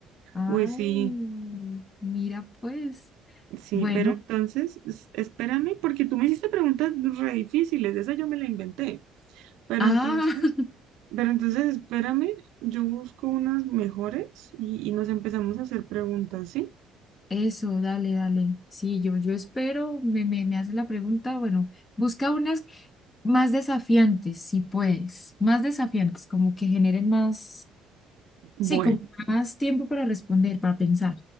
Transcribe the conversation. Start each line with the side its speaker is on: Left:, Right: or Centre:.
Left: Ay,
Right: Uy, sí,
Left: mira pues.
Right: sí,
Left: Bueno,
Right: pero entonces es- espérame porque tú me hiciste preguntas re difíciles, esa yo me la inventé. Pero
Left: ah,
Right: entonces...
Left: <laughs>
Right: Pero entonces espérame, yo busco unas mejores y, y nos empezamos a hacer preguntas, ¿sí?
Left: eso, dale, dale. Sí, yo, yo espero, me, me, me hace la pregunta, bueno, busca unas más desafiantes, si puedes, más desafiantes, como que generen más,
Right: Bueno,
Left: sí, como más tiempo para responder, para pensar.